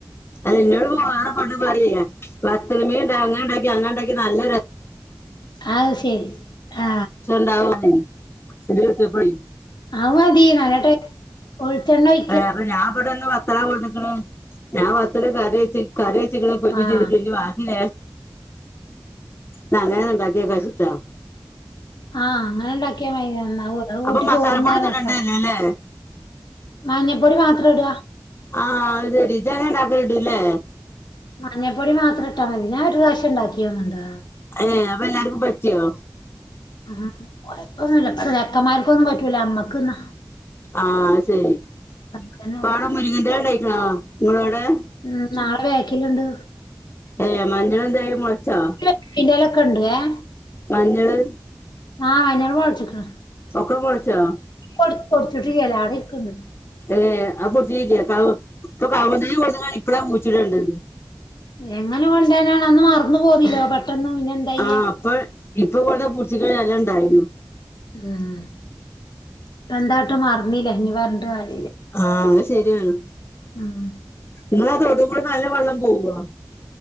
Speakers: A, on the left; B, on the left.
A: അയ്നോട് പോറെ പണ്ട് പറീലെ വത്തൾമീടാതെടെൽ അങ്ങനെടാകിയ നല്ല ര
B: അഹ് സെരി ആ
A: <unintelligible> ഇജ്ജ് വിൾചപ്പളെ
B: അഹ് മതി നല്ലട്ടെ വൊൽചണ്ണയ്
A: ഏർ ഞാൻ ബടെന്ന് വത്തള കൊട്ന്ന്ക്ക്‌ൻ ഞാൻ വത്തൾ കറിച്ച് കറിച്ച്ക്ൻ പൊരിക്കും
B: ആഹ്
A: ചയ്ത്ക്ക് ണ് വാക്കി ലേ ന്നഅങ്ങനെന്ന്ണ്ടാക്കിയൊക്കാച്ട്ട
B: ആഹ് അങ്ങനെ ണ്ടാക്കിയ മയി നന്നാവും അഹ് കൂട്ടി
A: അപ്പൊ മസാലപ്പൊടി
B: ചോർന്ന
A: ഒന്നും
B: രസ
A: ഇടണ്ടല്ലോ അല്ലേ
B: മഞ്ഞപ്പൊടി മാത്രം ഇട
A: ആഹ് അത് ശരി ഇജ്ജങ്ങനെ ഇണ്ടാക്കല്ണ്ട്ലേ
B: മഞ്ഞപ്പൊടി മാത്രം ഇട്ടാ മതി ഞാൻ ഒരു പ്രാവശം ഉണ്ടാക്കി യോന്നുണ്ട്
A: ഏ അപ്പൊ എല്ലാർക്കും പറ്റിയോ
B: ആഹ് കൊഴപ്പൊന്നുല്ല ചെർക്കന്മാർക്കൊന്നും പറ്റൂല ഞമ്മക്ക്ന്നാ
A: ആഹ് ശരി
B: അതന്നെ
A: പ്പവ്ടെ
B: ഉള്ളു
A: മുരിങ്ങന്റെല ഇ ണ്ടായിക്കണോ ഇങ്ങളവ്ടെ
B: ഉം നാളെ ബേക്കില്ണ്ട്
A: ഏ മഞ്ഞളെന്തായി മൊളച്ചൊ
B: പൊട്ടിക്കലൊക്കേണ്ട് ആ
A: മഞ്ഞള്
B: ആഹ് മഞ്ഞള് മൊളച്ച്ക്ക്ണ്
A: ഒക്കെ മൊളച്ചോ
B: പൊട് പൊട്ച്ചിട്ടില്ല അവ്ട ഇരിക്ക്ണ് ണ്ട്
A: ഏ അത് പൊടിച്ചീട്ടില്ലേ കവ്ങ്ങും തജ് കൊട്ന്ന്ങ്ങാണ്ട് ഇപ്പളാ കുയിച്ചിടേണ്ടത്
B: എങ്ങനെ കൊന്റാനാണ് അന്ന് മറന്നു പോന്നില്ലോ പെട്ടെന്ന് എന്തായ്യാ
A: ആഹ് അപ്പൊ ഇപ്പൊ കൊട്ന്ന് പുടിച്ചിക്കെണെങ്കി നല്ല ണ്ടായ്നി
B: ആഹ് ഇപ്പെന്താട്ടു മറന്നിലെ ഇഞ്ഞി പറഞ്ഞിട്ടേ
A: ആഹ് അത് ശരിയാണ്
B: ഉം
A: ഇങ്ങളാ തോടു ക്കൂടെ നല്ല വള്ളം പോകോ